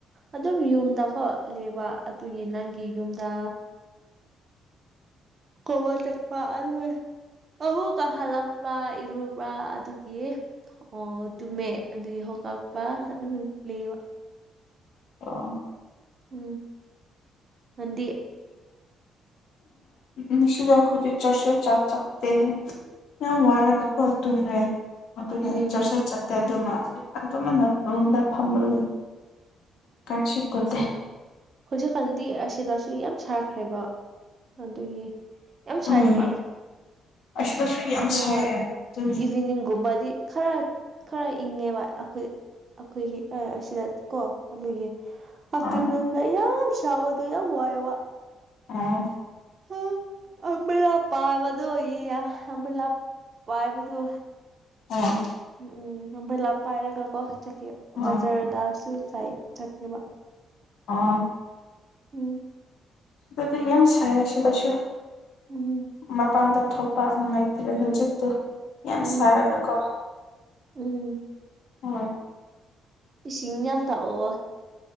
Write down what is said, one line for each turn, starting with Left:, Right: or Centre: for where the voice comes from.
Right: ꯑꯗꯨꯝ ꯌꯨꯝꯗꯀꯣ ꯂꯩꯕ ꯑꯗꯨꯒꯤ ꯅꯪꯒꯤ ꯌꯨꯝꯗ꯫ ꯀꯧꯕ ꯆꯛꯄ ꯑꯗꯨ ꯑꯍꯨꯀ ꯍꯜꯂꯛꯄ ꯏꯔꯨꯕ ꯑꯗꯨꯒꯤ ꯑꯣ ꯇꯨꯝꯃꯦ ꯑꯗꯨꯒꯤ ꯍꯣ ꯀꯛꯄ ꯑꯗꯨꯝ ꯂꯩꯕ
Left: ꯑꯣ
Right: ꯎꯝ ꯅꯪꯗꯤ꯫
Left: ꯃꯤꯁꯗꯈꯣꯖ ꯆꯔꯁ ꯆꯥꯛ ꯆꯥꯛꯇ ꯃꯔꯦ ꯇꯈ ꯇꯨꯝꯃꯦ ꯑꯗꯨꯅꯦ
Right: ꯎꯝ
Left: ꯆꯁꯨ ꯆꯠꯇꯗꯨꯃ ꯑꯗꯨꯃꯅ ꯔꯣꯝꯗ ꯐꯝꯕ ꯀꯁꯤꯠꯇꯨꯗꯦ
Right: ꯍꯧꯖꯤꯛ ꯀꯟꯗꯤ ꯑꯁꯤ ꯁꯨ ꯌꯥꯝ ꯁꯥꯈ꯭ꯔꯦꯕ ꯑꯗꯨꯒꯤ ꯌꯥꯝ ꯁꯥꯏꯌꯦꯕ
Left: ꯎꯝ ꯑꯁꯤꯗꯁꯨ ꯌꯥꯝ
Right: ꯑꯗꯨ
Left: ꯁꯥꯏꯌꯦ ꯑꯗꯨꯅꯤ
Right: ꯏꯚꯤꯅꯤꯡꯒꯨꯝꯕꯗꯤ ꯈꯔ ꯈꯔ ꯏꯪꯉꯦꯕ ꯑꯩꯈꯣꯏ ꯑꯩꯈꯣꯏꯒꯤ ꯑꯁꯤꯗ ꯀꯣ ꯑꯒ ꯍꯥꯐꯇ
Left: ꯑ
Right: ꯌꯥꯎ ꯁꯕꯗꯨ ꯌꯥ ꯋꯥꯏꯋꯥ
Left: ꯑꯥ
Right: ꯍ ꯑꯝꯕꯗ ꯄꯥꯕ ꯑꯗꯨꯣꯂꯥꯞ ꯄ ꯍꯥꯏꯕꯗꯨ
Left: ꯑꯣ
Right: ꯎꯝ ꯎꯝ ꯅꯝꯕꯣꯏꯂꯥꯞ ꯄꯥꯏꯔꯒ ꯀꯣ ꯆꯠꯀꯦ ꯕꯖꯥꯔꯗꯁꯨ
Left: ꯑ
Right: ꯆꯥꯏ ꯆꯠꯀꯦꯕ
Left: ꯑꯥ
Right: ꯎꯝ
Left: ꯗ ꯌꯥꯝ ꯁꯥ ꯁꯤ ꯇꯁꯨ
Right: ꯎꯝꯝ
Left: ꯃꯄꯥꯟꯗ ꯊꯣꯄ ꯃꯉꯥꯏꯇꯔꯦ ꯍꯧꯖꯤꯛꯇ ꯌꯥꯝ
Right: ꯎꯝ
Left: ꯁꯥꯔꯒ ꯀꯣ
Right: ꯎꯝ
Left: ꯎ
Right: ꯏꯁꯤꯡ ꯌꯥꯝ ꯊꯥꯛꯑꯣ